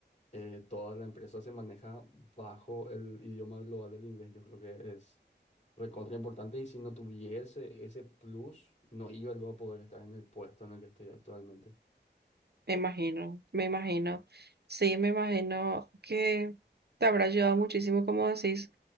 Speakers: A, on the left; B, on the right.
A: eh, toda la empresa se maneja bajo el idioma global del inglés. Yo creo que es recontra importante y si no tuviese ese plus, no iba luego a poder estar en el puesto en el que estoy actualmente.
B: me imagino, me imagino. Sí, me imagino que te habrá ayudado muchísimo, como decís,